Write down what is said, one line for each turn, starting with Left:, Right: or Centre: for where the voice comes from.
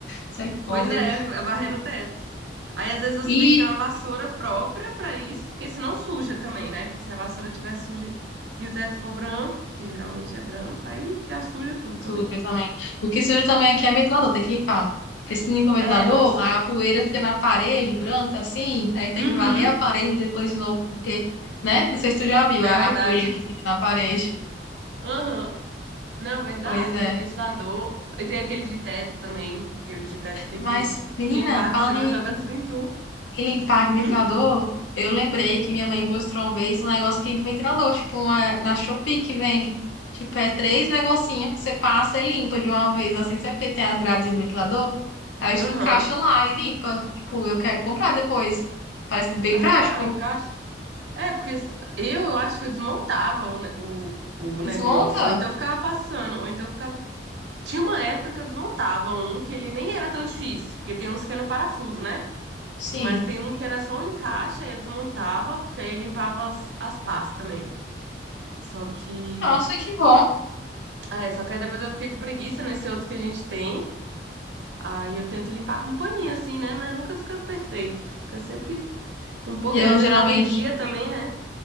Left: Misericórdia.
Right: Pois é, é varrer no teto. Aí às vezes você
Left: E
Right: tem que ter uma vassoura própria pra isso, porque senão suja também, né? Que se a vassoura estiver suja e o teto for branco, que geralmente é branco, aí já suja tudo
Left: Suja
Right: também.
Left: também. O que suja também aqui é ventilador, tem que limpar. Porque se limpa o ventilador,
Right: É, nossa.
Left: a poeira fica na parede, branca assim, aí tem
Right: Uhum.
Left: que varrer a parede depois de novo, porque, né? Não sei se tu já viu
Right: É
Left: a,
Right: verdade.
Left: a poeirinha que
Right: <laughs>
Left: fica na parede.
Right: Aham. Não, verdade.
Left: Pois é.
Right: Tem ventilador. E tem aqueles de teto também. Que os de teto tem
Left: Mas,
Right: que
Left: menina,
Right: limpar,
Left: falando
Right: que senão
Left: em
Right: joga tudo em tu.
Left: Ele para de ventilador,
Right: Hum?
Left: eu lembrei que minha mãe mostrou uma vez um negócio que limpa o ventilador, tipo uma, na Shopee que vende. Tipo, é três negocinhos que você passa e limpa de uma vez, assim, sabe porque tem as gradinhas no ventilador? Aí você
Right: Aham.
Left: encaixa lá e limpa. Tipo, eu quero comprar depois. Parece bem
Right: Ah,
Left: prático.
Right: encaixa. É, porque s- eu, eu acho que eu desmontava o, ne- o, o
Left: Desmonta?
Right: negócio. Ou então eu ficava passando. Ou então eu ficava. Tinha uma época que eu desmontava um que ele nem era tão difícil. Porque tem uns que é no parafuso, né?
Left: Sim.
Right: Mas tem um que era só um encaixe, aí eu desmontava, porque aí eu limpava as, as pás também. Só que
Left: Nossa, que bom.
Right: É, só que aí depois eu fiquei com preguiça nesse outro que a gente tem. Aí eu tento limpar com um paninho, assim, né? Mas nunca fica perfeito. Fica sempre um pouco,
Left: Eu
Right: aí às vezes
Left: geralmente
Right: dá alergia também, né?